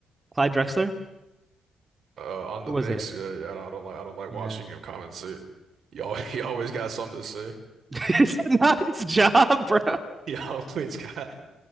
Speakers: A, on the right; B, on the right.
A: Clyde Drexler?
B: Uh, on
A: Who
B: the
A: was
B: Knicks,
A: it?
B: yeah, yeah, I don't, I don't like I don't like
A: Yeah.
B: watching him compensate. He always, <laughs> he always got something to say. <laughs>
A: <laughs> Is it not his job, bro?
B: He always got